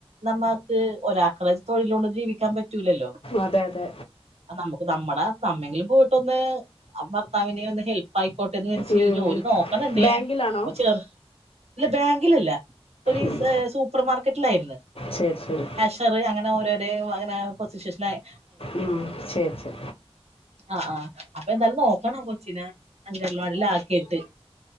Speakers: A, on the right (about 80°); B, on the left (about 65°).
A: നമ്മക്ക് ഒരാക്കളെ തൊഴിലോണ്ട് ജീവിക്കാൻ പറ്റൂലല്ലോ
B: അതെ അതെ
A: നമുക്ക് നമ്മടെ നമ്മെങ്കിലും പോയിട്ടൊന്ന് ഭർത്താവിന് ഒന്ന് ഹെൽ പ്പായിക്കോട്ടെ എന്ന് വിചാരിച്ച്
B: ഉം.
A: ജോലി നോക്ക്ന്ന്ണ്ട്
B: ബാങ്കിലാണോ
A: ഞാൻ ഇപ്പോ ചെറ് ഇല്ല ബാങ്കിലല്ല ഒര്
B: ഉം,
A: സ് സൂപ്പർ മാർക്കറ്റിലായിര്ന്ന്.
B: ശരി ശെരി
A: ചെറിയ അങ്ങനെ ഓരോരോ ഇങ്ങനെ പൊസിഷഷ്ലായി
B: ഉം ശരി ശരി
A: ആഹ് ആഹ് അപ്പൊ എന്തായാലും നോക്കണം കൊച്ചിനെ അങ്കലവാടീല് ആക്കീട്ട്